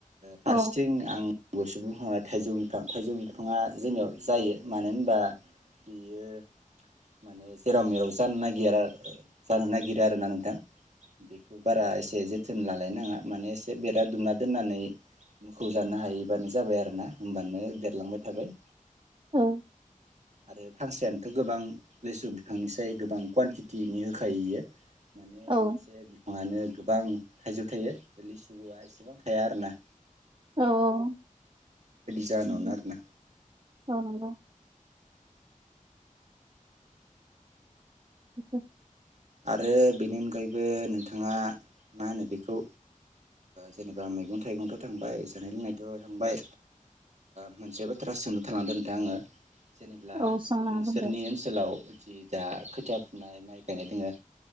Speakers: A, on the right; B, on the right.
A: फारसेथिं
B: औ
A: आं आं गुसु बिफाङा थाइजौ बिफां थाइजौ बिफाङा जोंनियाव जायो मानो होनबा बेयो माने जेराव मेराव ज जानो नागिरा जानो नागिरो आरोना नोंथां बेखौ बारा एसे थोन लालायनाङा माने एसे बेरा दुमना दोननानै मोखौ जानो हायैबानो जाबाय आरो ना होनबानो देरलांबाय थाबाय
B: औ
A: आरो फांसेयानोथ' गोबां लिसु बिफांनिसाय गो बां कवानटिटिनि होखायो बेयो माने
B: औ
A: मोनसे बिफाङानो गोबां थाइजौ थायो लिसुवा एसेबां थाया आरो ना
B: औ औ
A: जाहोनावनो
B: नंगौ
A: आरोना
B: औ नंगौ बेसे
A: आरो बेनि अनगायैबो नोंथाङा मा होनो बेखौ जेनेबा मैगं थाइगंथ' थांबाय जानाय लोंनायथ' थांबाय मोनसे बाथ्रा सोंनो थालांदों नोंथां आङो जेनेब्ला
B: औ सोंनो
A: नोंसोरनि
B: हागोन दे
A: ओनसोलाव जि दा खोथिया फुनाय माइ गायनाय दोङो